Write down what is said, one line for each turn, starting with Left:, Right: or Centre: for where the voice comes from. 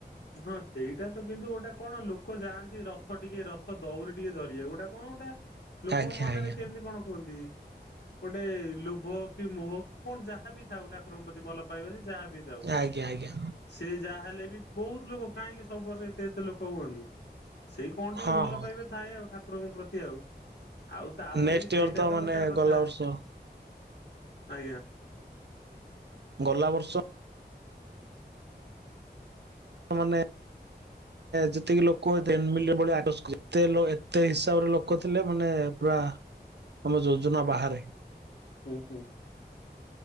Left: ହଁ ସେଇଟା ତ କିନ୍ତୁ ଗୋଟେ କଣ ଲୋକ ଯାଆନ୍ତି ରଥ ଟିକେ ରଥ ଦଉରି ଟିକେ ଧରିିବା ଗୋଟା କଣ ଗୋଟେ ଲୋକଙ୍କ
Right: ଆଜ୍ଞା
Left: ମନରେ
Right: ଆଜ୍ଞା
Left: କେମିତି କଣ କୁହନ୍ତି। ଗୋଟେ ଲୋଭ କି ମୁହ କି କଣ ଯାହା ବିି ଥାଉ ତା ପଙ୍କ ପ୍ରତି ଭଲ ପାଇବନି ଯାହା ବି ଯଉ
Right: ଆଜ୍ଞା ଆଜ୍ଞା
Left: ସି ଯାହା ହେଲେ ବି ବହୁତ ଲୋକ କାହିଁକି ସବୁ ବରରେ ଏତେ ଏତେ ଲୋକ ହୁଅନ୍ତି ସେଇ କଣ
Right: ହଁ
Left: ଟିକେ ଭଲ
Right: ହଁ
Left: ପାଇବେ। ଥାଏ ଆଉ ଠାକୁରଙ୍କ ପ୍ରତି ଆଉ ଆଉ ତାପରେ
Right: ନେକ୍ସଟ
Left: ବି ସେଇଟା
Right: ଇୟର
Left: ତ
Right: ମାନେ
Left: ଗୋଟା କଥା
Right: ଗଲା ବର୍ଷ
Left: ଆଜ୍ଞା।
Right: ଗଲା ବର୍ଷ ମାନେ ଯେତିକି ଲୋକତେ ଏତେ ହିସାବରେ ଲୋକ ଥିଲେ ମାନେ ପୁରା ଆମ ଯୋଜନା ବାହାରେ
Left: ହୁଁ ହୁଁ